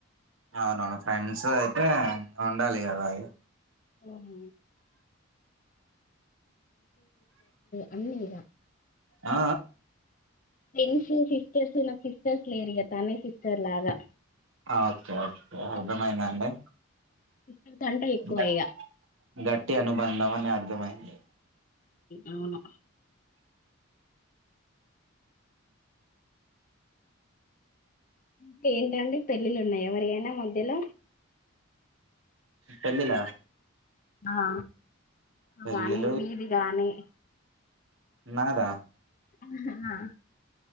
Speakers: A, on the right; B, on the left.
A: అవునా ఫ్రెండ్స్ అయితే ఉండాలి కదా ఇగ
B: హమ్ అన్ని ఇల
A: ఆ
B: ఫ్రెండ్స్ సిస్టర్స్ నాకు సిస్టర్స్ లేరూ తనే సిస్టర్ లాగా
A: ఓకే ఓకే అర్థమైందండి
B: ఇ <inaudible> తంట ఎక్కువ
A: గ-
B: ఇగ
A: గట్టి అనుబంధం అని అర్థమైంది
B: అవును ఇంకా ఏంటండి పెళ్లిళ్లు ఉన్నాయా ఎవరి ఐనా మధ్యల
A: పెళ్లిల
B: ఆ
A: పెళ్ళిలు
B: గానీ నీది గాని
A: నాదా
B: ఆ